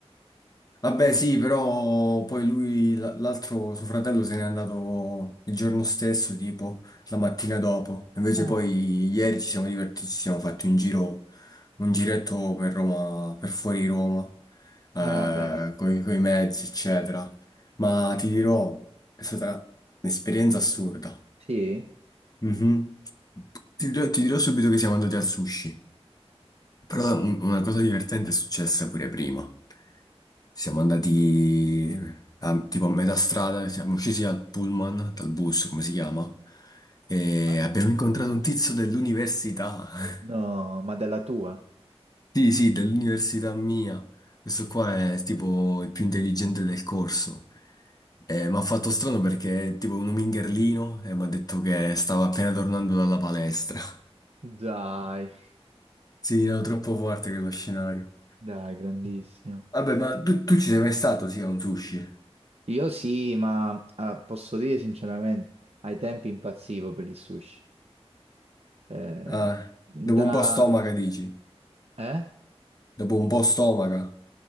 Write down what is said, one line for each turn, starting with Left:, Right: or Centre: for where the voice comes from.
Left: Vabbè, sì, però poi lui, l- l'altro suo fratello se n'è andato il giorno stesso, tipo la mattina dopo. Invece
Right: Ah,
Left: poi ieri ci siamo divertiti, ci siamo fatti un giro, un giretto per Roma, per fuori Roma, eh,
Right: Ah, bello.
Left: coi, coi mezzi, eccetera. Ma ti dirò, è stata un'esperienza assurda.
Right: Sì?
Left: Mhm. Ti dirò, ti dirò subito che siamo andati al sushi, però un- una cosa divertente è successa pure prima. Siamo andati a- tipo a metà strada, siamo scesi dal pullman, dal bus, come si chiama, e
Right: Ah.
Left: abbiamo incontrato un tizio dell'università. <laughs>
Right: No, ma della tua?
Left: Sì, sì, dell'università mia. Questo qua è tipo il più intelligente del corso. E mi ha fatto strano perché è tipo un mingherlino e mi ha detto che stava appena tornando dalla palestra. <laughs>
Right: Dai,
Left: Sì, era troppo forte quello scenario.
Right: dai, grandissimo.
Left: Vabbè, ma tu, tu ci sei mai stato, sì, a un sushi?
Right: Io sì, ma ah, posso dire sinceramente, ai tempi impazzivo per il sushi. Eh,
Left: Ah,
Right: da...
Left: dopo un po' stomaca, dici?
Right: Eh?
Left: Dopo un po' stomaca.